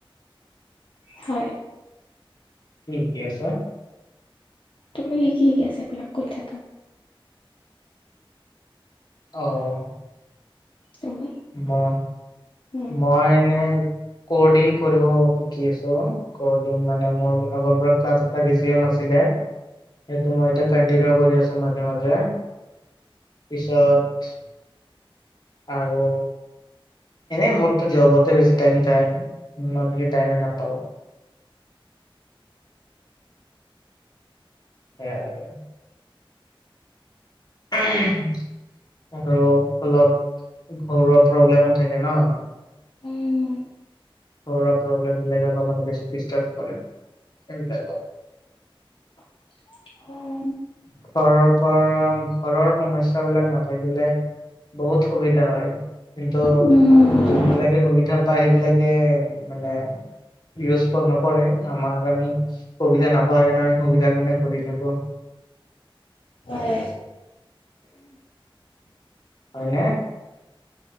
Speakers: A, on the left (about 70°); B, on the left (about 50°).
A: হয়।
B: কি শিকি‌, আছে।
A: তুমি কি কি শিকি আছা, এইবিলাক কৈ থাকা।
B: অ',
A: তুমি
B: মই,
A: উম।
B: মই এনে ক্ৰদিং কৰিব শিকি আছো, ক্ৰদিং মানে মোৰ আগৰ পৰা ক্লাছ এটা হৈছে আছিলে, মই এতিয়া কন্টিনিউ কৰি আছো মাজে মাজে। পিছত আৰু। এনেই মোৰতো জবতে বেছি টাইম যায় মই বেছি টাইমে নাপাওঁ। সেয়াই আৰু। উম', আৰু অলপ ঘৰুৱা প্ৰব্লেমো থাকে ন
A: উম
B: ঘৰৰ, প্ৰব্লেমিল বিলাকে মানে বেছি দিচটাব কৰে এইবিলাকত।
A: <unintelligible>
B: ঘৰৰ পৰা ঘৰৰ সমস্্যা বিলাক নাথাকিলে। বহুত সুবিধা হয় কিন্তু।
A: উম
B: যবিলাকে সুবিধা পায় সেইবিলাকে মানে। ইউজ নকৰে আমাক আমি সুবিধা নাপ স কাৰণে আমি সুবিধাৰ কাৰণে কৰি থাকো।
A: <unintelligible>
B: হয়নে।